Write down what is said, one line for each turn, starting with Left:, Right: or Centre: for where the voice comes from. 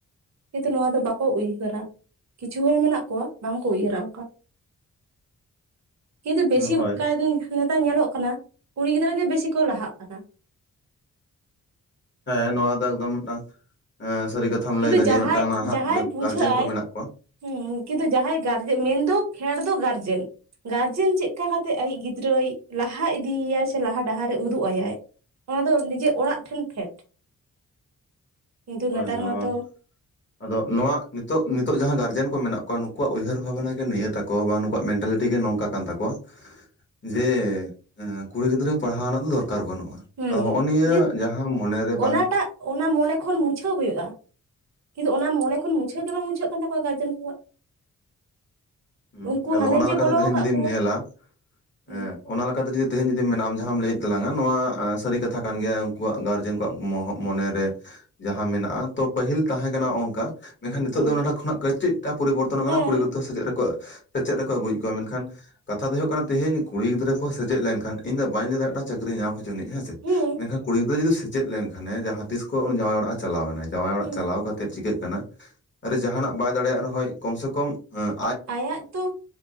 Right: ᱠᱤᱱᱛᱩ ᱱᱚᱣᱟ ᱫᱚ ᱵᱟᱠᱚ ᱩᱭᱦᱟᱹᱨᱟ ᱠᱤᱪᱷᱩ ᱦᱚᱲ ᱢᱮᱱᱟᱜ ᱠᱚᱣᱟ ᱵᱟᱝ ᱠᱚ ᱩᱭᱦᱟᱹᱨᱟ ᱚᱱᱠᱟ <inaudible> ᱠᱤᱱᱛᱩ ᱵᱮᱥᱤ
Left: ᱦᱳᱭ
Right: ᱠᱟᱭ ᱱᱮᱛᱟᱨ ᱧᱮᱞᱚᱜ ᱠᱟᱱᱟ ᱠᱩᱲᱤ ᱜᱤᱫᱽᱨᱟᱹ ᱜᱮ ᱵᱮᱥᱤ ᱠᱚ ᱞᱟᱦᱟᱜ ᱠᱟᱱᱟ᱾
Left: ᱦᱮᱸ ᱱᱚᱣᱟ ᱫᱚ ᱮᱠᱫᱚᱢ ᱢᱤᱫᱴᱟᱝ ᱥᱟᱹᱨᱤ ᱠᱟᱛᱷᱟᱼᱼ ᱠᱟᱛᱷᱟᱢ
Right: ᱠᱤᱱᱛᱩ
Left: ᱞᱟᱹᱭ ᱮᱟ
Right: ᱡᱟᱦᱟᱸᱭ
Left: ᱡᱮ ᱢᱤᱫᱴᱟᱝ ᱱᱟᱦᱟᱜ
Right: ᱡᱟᱦᱟᱸᱭ
Left: ᱡᱮ
Right: ᱵᱩᱡᱷᱟᱹᱜ
Left: ᱜᱟᱨᱡᱮᱱ ᱠᱚ
Right: ᱟᱭ
Left: ᱢᱮᱱᱟᱜ ᱠᱚᱣᱟ᱾
Right: ᱦᱮᱸ ᱠᱤᱱᱛᱩ ᱡᱟᱦᱟᱸᱭ ᱜᱟᱨᱡᱮᱱ ᱢᱮᱱᱫᱚ ᱯᱷᱮᱰ ᱫᱚ ᱜᱟᱨᱡᱮᱱᱼᱼ ᱜᱟᱨᱡᱮᱱ ᱪᱮᱫᱠᱟ ᱠᱟᱛᱮᱫ ᱟᱡᱤᱡ ᱜᱤᱫᱽᱨᱟᱹᱭ ᱞᱟᱦᱟ ᱤᱫᱤᱭᱟᱭ ᱥᱮ ᱞᱟᱦᱟ ᱰᱟᱦᱟᱨᱮ ᱩᱫᱩᱜ ᱟᱭᱟᱼᱼ ᱚᱱᱟ ᱫᱚ ᱱᱤᱡᱮ ᱚᱲᱟᱜ ᱴᱷᱮᱱ ᱯᱷᱮᱰ ᱠᱤᱱᱛᱩ
Left: ᱦᱳᱭ
Right: ᱱᱮᱛᱟᱨ
Left: ᱱᱚᱣᱟᱼᱼ
Right: ᱢᱟᱛᱚ
Left: ᱟᱫᱚ ᱱᱚᱣᱟ ᱱᱤᱛᱚᱜ ᱱᱤᱛᱚᱜ ᱡᱟᱦᱟᱸ ᱜᱟᱨᱡᱮᱱ ᱠᱚ ᱢᱮᱱᱟᱜ ᱠᱚᱣᱟ ᱱᱩᱠᱩᱣᱟᱜ ᱩᱭᱦᱟᱹᱨ ᱵᱷᱟᱵᱽᱱᱟ ᱜᱮ ᱱᱤᱭᱟᱹ ᱛᱟ ᱠᱚ ᱵᱟᱝ ᱱᱩᱠᱩᱣᱟᱜ ᱢᱮᱱᱴᱟᱞᱤᱴᱤ ᱜᱮ ᱱᱚᱝᱠᱟ ᱠᱟᱱ ᱛᱟᱠᱚᱣᱟ᱾ ᱡᱮ ᱠᱩᱲᱤ ᱮᱸ ᱜᱤᱫᱽᱨᱟᱹ ᱯᱟᱲᱦᱟᱣ ᱨᱮᱱᱟᱜ ᱫᱚ ᱫᱚᱨᱠᱟᱨ ᱵᱟᱹᱱᱩᱜᱼᱟ᱾
Right: ᱦᱩᱸ
Left: ᱟᱫᱚ ᱦᱚᱸᱜᱼᱚ ᱱᱤᱭᱟᱹ
Right: ᱡᱮ
Left: ᱡᱟᱦᱟᱸ ᱢᱚᱱᱮᱨᱮ ᱵᱟᱝ
Right: ᱚᱱᱟᱴᱟᱜ ᱚᱱᱟ ᱢᱚᱱᱮ ᱠᱷᱚᱱ ᱢᱩᱪᱷᱟᱹᱣ ᱦᱩᱭᱩᱜᱼᱟ᱾ ᱠᱤᱱᱛᱩ ᱚᱱᱟ ᱢᱚᱱᱮ ᱠᱷᱚᱱ ᱢᱩᱪᱷᱟᱹᱣ ᱜᱮ ᱵᱟᱝ ᱢᱩᱪᱷᱟᱹᱜ ᱠᱟᱱ ᱛᱟᱠᱚᱣᱟ ᱜᱟᱨᱡᱮᱱ ᱠᱚᱣᱟᱜ᱾
Left: ᱦᱩᱸ
Right: ᱩᱱᱠᱩ
Left: ᱟᱫᱚ
Right: ᱦᱟᱱᱮ
Left: ᱚᱱᱟ
Right: ᱡᱮ
Left: ᱞᱮᱠᱟᱛᱮ
Right: ᱵᱚᱞᱚ
Left: ᱛᱮᱦᱤᱧ
Right: ᱟᱠᱟᱫ
Left: ᱡᱩᱫᱤᱢ
Right: ᱠᱚᱣᱟ
Left: ᱧᱮᱞᱟ,
Right: ᱦᱩᱸ
Left: ᱮᱸᱜ ᱚᱱᱟ ᱞᱮᱠᱟᱛᱮ ᱡᱩᱫᱤ ᱛᱮᱦᱮᱧ ᱡᱩᱫᱤ ᱢᱮᱱᱟᱜᱼᱟ ᱟᱢ ᱡᱟᱦᱟᱸᱢ ᱞᱟᱹᱭᱮᱫ ᱛᱟᱞᱟᱝ-ᱟ ᱱᱚᱣᱟ ᱥᱟᱹᱨᱤ ᱠᱟᱛᱷᱟ ᱠᱟᱱ ᱜᱮᱭᱟ ᱩᱱᱠᱩᱣᱟᱜ ᱜᱟᱨᱡᱮᱱ ᱠᱚᱣᱟᱜ ᱢᱚᱦᱚᱜ ᱢᱚᱱᱮᱨᱮ ᱡᱟᱦᱟᱸ ᱢᱮᱱᱟᱜᱼᱟ ᱛᱚ ᱯᱟᱹᱦᱤᱞ ᱛᱟᱦᱮᱸ ᱠᱟᱱᱟ ᱚᱝᱠᱟ, ᱢᱮᱱᱠᱷᱟᱱ ᱱᱤᱛᱚᱜ
Right: ᱦᱩᱸ
Left: ᱫᱚ ᱱᱚᱰᱮ ᱠᱷᱱᱟᱜ ᱠᱟᱹᱴᱤᱡᱴᱟ ᱯᱚᱨᱤᱵᱚᱨᱛᱚ ᱟᱠᱟᱱᱟ
Right: ᱦᱮᱸ
Left: ᱠᱩᱲᱤ ᱜᱤᱫᱽᱨᱟᱹ ᱥᱮᱪᱮᱫ ᱨᱮ ᱠᱚᱣᱟ ᱥᱮᱪᱮᱫ ᱨᱮᱠᱚ ᱟᱹᱜᱩᱭᱮᱫ ᱠᱚᱣᱟ, ᱢᱮᱱᱠᱷᱟᱱ ᱠᱟᱛᱷᱟ ᱫᱚ ᱦᱩᱭᱩᱜ ᱠᱟᱱᱟ ᱛᱮᱦᱮᱧ ᱠᱩᱲᱤ ᱜᱤᱫᱽᱟᱹ ᱠᱚ ᱥᱮᱪᱮᱫ ᱞᱮᱱᱠᱷᱟᱱ ᱤᱧ ᱫᱚᱧ ᱵᱟᱹᱧ ᱞᱟᱹᱭᱮᱫᱟ ᱡᱮ ᱢᱮᱫᱴᱟᱝ ᱪᱟᱹᱠᱨᱤ ᱧᱟᱢ ᱦᱚᱪᱚᱱᱮ ᱦᱮᱸ ᱥᱮᱫ
Right: ᱦᱩᱸ
Left: ᱢᱮᱱᱠᱷᱟᱱ ᱠᱩᱲᱤ ᱜᱤᱫᱽᱨᱟᱹ ᱡᱩᱫᱤ ᱥᱮᱪᱮᱫ ᱞᱮᱱᱠᱷᱟᱱᱮ ᱡᱟᱦᱟᱸ ᱛᱤᱥ ᱠᱷᱚᱱ ᱩᱱᱤ ᱡᱟᱶᱟᱭ ᱚᱲᱟᱜ ᱮ ᱪᱟᱞᱟᱣᱱᱟ ᱡᱟᱶᱟᱭ ᱚᱲᱟᱜ
Right: ᱦᱩᱸ
Left: ᱪᱟᱞᱟᱣ ᱠᱟ ᱛᱮᱫ ᱪᱤᱠᱟᱹᱜ ᱠᱟᱱᱟ ᱟᱨ ᱡᱟᱦᱟᱸᱱᱟᱜ ᱵᱟᱭ ᱫᱟᱲᱮᱭᱟᱜ ᱨᱮᱦᱚᱸ ᱠᱚᱢ ᱥᱮ ᱠᱚᱢ ᱮᱸᱜ
Right: ᱟᱭᱟᱜ ᱛᱚ